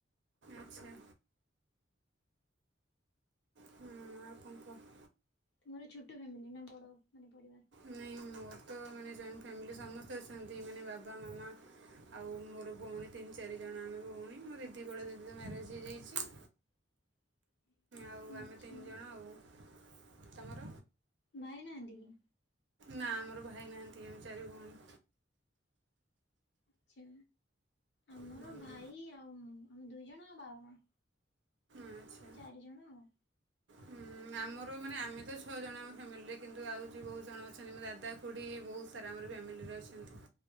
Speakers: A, on the right; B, on the left.
A: ଆଚ୍ଛା। ହୁଁ, ଆଉ କଣ କହ?
B: ତୁମର ଛୋଟ ଫ୍ୟାମିଲି ନା ବଡ଼ ମାନେ ପରିବାର।
A: ନାଇଁ ମୋର ତ ମାନେ ଜଏଣ୍ଟ ଫ୍ୟାମିଲି ସମସ୍ତେ ଅଛନ୍ତି ମାନେ ବାବା ମାମା। ଆଉ ମୋର ଭଉଣୀ ତିନି ଚାରିଜଣ ଆମେ ଭଉଣୀ ମୋ ଦିଦି ବଳା ଦିଦି ତ ମ୍ୟାରେଜ ହେଇଯାଇଛି।
B: <inaudible>
A: ଆଉ
B: ଆଚ୍ଛା
A: ଆମେ ତିନି ଜଣ ଆଉ। ତମର
B: ଭାଇ ନାହାନ୍ତି କି?
A: ନା ଆମର ଭାଇ ନାହାନ୍ତି ଆମେ ଚାରି ଭଉଣୀ।
B: ଆଛ ଆମର
A: ହୁଁ,
B: ଭାଇ ଆଉ ମୁ ଆମେ ଦୁଇ ଜଣ ଆଉ ବାବା ମା।
A: ଆଚ୍ଛା
B: ଚାରିଜଣ ଆଉ।
A: ହୁଁ, ଆମର ମାନେ ଆମେ ତ ଛଅ ଜଣ ଆମ ଫ୍ୟାମିଲିରେ କିନ୍ତୁ ଆଉ ଯେ ବହୁତ ଜଣ ଅଛନ୍ତି ମୋ ଦାଦା ଖୁଡି ବହୁତ ସାରା ଆମର ଫ୍ୟାମିଲିରେ ଅଛନ୍ତି।